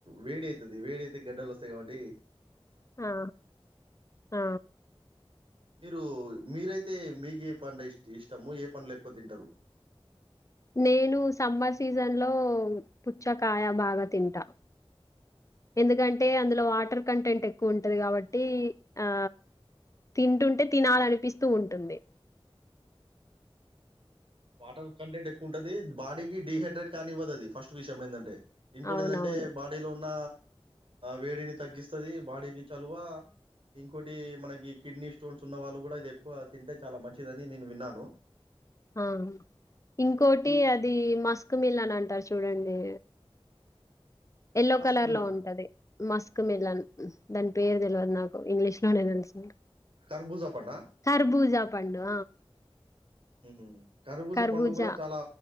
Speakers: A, on the right (about 60°); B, on the left (about 30°).
A: వేడి అయితది. వేడి అయితే గడ్డలొస్తాయి. ఎవడి
B: ఆహ, ఆ.
A: మీరు మీరైతే మీకు ఏ పంట ఇ ఇష్టము ఏ పండ్లు ఎక్కువ తింటరు?
B: నేను సమ్మర్ సీజన్ లో పుచ్చకాయ బాగా తింటా. ఎందుకంటే, అందులో వాటర్ కంటెంట్ ఎక్కువ ఉంటది కాబట్టి ఆ తింటుంటే, తినాలనిపిస్తూ ఉంటుంది.
A: వాటర్ కంటెంట్ ఎక్కువ ఉంటది. బాడీకి డిహైడ్రేట్ కానివ్వదు అది ఫస్ట్ విషయం ఏంటంటే! ఇంకోటి
B: అవునవును.
A: ఏదంటే బాడీలో ఉన్న వేడిని తగ్గిస్తది. బాడీకి చలువ. ఇంకోటి మనకి కిడ్నీ స్టోన్స్ ఉన్న వాళ్ళు కూడా ఇది ఎక్కువ తింటే చాలా మంచిదని నేను విన్నాను.
B: ఆ ఇంకోటి
A: ఇది
B: అది మస్క్మిల్ అని అంటారు చూడండి ఎల్లో
A: మస్క్
B: కలర్
A: మిలనా?
B: లో ఉంటది మస్క్ మిలన్ దాని పేరు తెలవదు నాక్ ఇంగ్లీష్ లోనే తెలుసు నాకు
A: కర్బూజా పండా?
B: కార్బూజ పండు
A: ఉమ్ కర్బూజ
B: కర్బూజా.
A: పండు కూడా చాలా